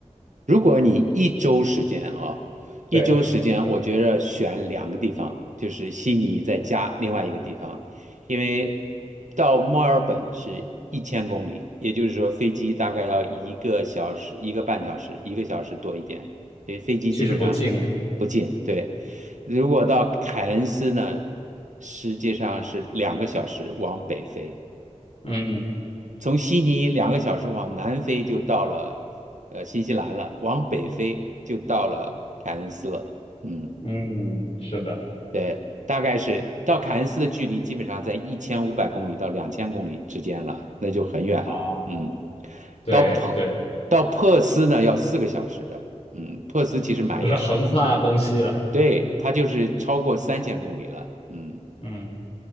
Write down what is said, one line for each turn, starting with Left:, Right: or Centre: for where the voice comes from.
Right: 如果你一周时间啊、一周时间，
Left: 对，
Right: 我觉着选两个地方，就是悉尼再加另外一个地方，因为到墨尔本是一千公里，也就是说飞机大概要一个小时、一个半小时、一个小时多一点，因为飞机基本上
Left: 其实不近哎。
Right: 不近。
Left: 嗯
Right: 对，如果到凯恩斯呢，实际上是两个小时往北飞。
Left: 嗯
Right: 从悉尼两个小时往南飞就到了呃新西兰了，往北飞就到了凯恩斯了。嗯，
Left: 嗯，是的
Right: 对，大概是到凯恩斯的距离基本上在一千五百公里到两千公里之间了，那就很远了。
Left: 啊，
Right: 嗯，
Left: 对对，
Right: 到珀到珀斯呢要四个小时的。嗯，珀斯其实蛮远的，
Left: 不是横跨东西了。
Right: 对，它就是超过三千公里了。嗯。
Left: 嗯。